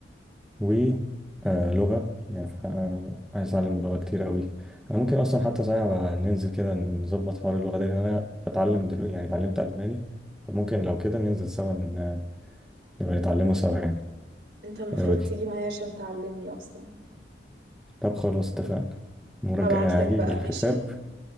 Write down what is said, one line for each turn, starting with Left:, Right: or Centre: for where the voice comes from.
Centre: ولغة يعني ف- آه، عايز أتعلم لغة كتير أوي أنا ممكن أصلا
Right: مم.
Centre: حتى صحيح بقى ننزل كده نظبط حوار اللغة ده لأن أنا بتعلم دلوقتي يعني اتعلمت ألماني فممكن لو كده ننزل سوا ن- نبقى نتعلمه سوا يعني
Right: انت المفروض
Centre: إيه رأيك؟
Right: تيجي معايا عشان تعلمني أصلا
Centre: طب خلاص اتفقنا المرة
Right: هبعتلك
Centre: الجاية هاجي
Right: بقى
Centre: بالكتاب
Right: ماشي